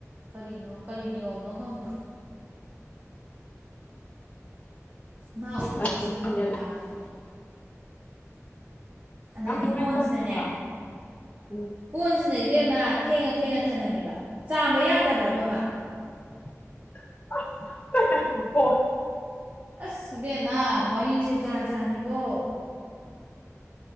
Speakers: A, on the right; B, on the left.
A: ꯀꯔꯤꯅꯣ ꯀꯔꯤ ꯅꯤꯌꯣꯝꯅꯣ ꯈꯪꯗꯦ ꯃꯥ ꯎꯕꯗ
B: ꯑꯗꯨꯗꯅꯦ
A: ꯑꯩꯁꯦ ꯃꯤꯍꯨꯟ ꯀꯥꯡꯉꯕꯅꯦ ꯑꯗꯩꯗꯤ
B: ꯌꯥꯝ ꯅꯨꯡꯉꯥꯏꯇꯕꯅꯦ
A: ꯀꯣꯟꯁꯤꯅꯅꯦ
B: ꯍꯥꯏꯕ ꯎꯝ
A: ꯀꯣꯟꯁꯤꯅ ꯕꯦꯝꯃ ꯐꯦꯡꯉ ꯐꯦꯡꯉ ꯊꯅꯝꯃꯤꯕ ꯆꯥꯝꯕ ꯌꯥꯗꯕ꯭ꯔꯕ ꯃꯥ
B: <inaudible> ꯀꯣ
A: ꯑꯁ ꯏꯕꯦꯝꯃ ꯋꯥꯔꯤꯁꯦ ꯖꯥꯠ ꯖꯥꯠ ꯅꯦꯀꯣ